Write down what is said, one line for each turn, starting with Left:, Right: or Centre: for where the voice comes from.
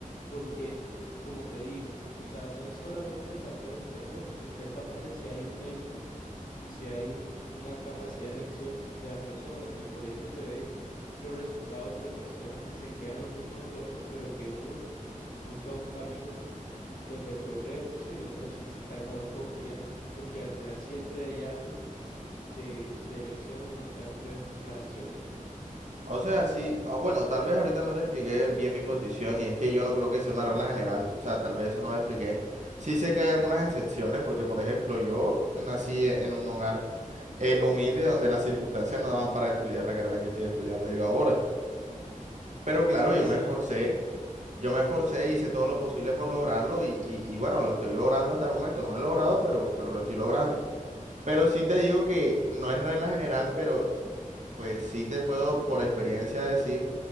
Left: porque, como te digo, o sea, no es solamente el factor externo, porque en cierta parte sí hay un mérito y sí hay un- una capacidad de elección de las personas y por eso se ve los resultados de personas que se crían en los mismos entornos, pero que unos buscan un camino pues de progreso y otros sí se estancan un poco ya, porque al final siempre hay algo de, de elección en nuestra- de nuestras acciones.
Right: O sea, sí, ah, bueno, tal vez ahorita no te expliqué bien mi posición y es que yo no creo que sea una regla general, o sea, tal vez eso no lo expliqué. Sí sé que hay algunas excepciones porque, por ejemplo, yo nací en un hogar eh, humilde donde las circunstancias no daban para estudiar la carrera que estoy estudiando yo ahora. Pero claro,
Left: Sí,
Right: yo
Left: sí,
Right: me esforcé, yo me esforcé, hice todo lo posible por lograrlo y, y- y bueno, lo estoy logrando hasta el momento. No lo he logrado, pero, pero lo estoy logrando. Pero sí te digo que no es regla general, pero pues sí te puedo por experiencia decir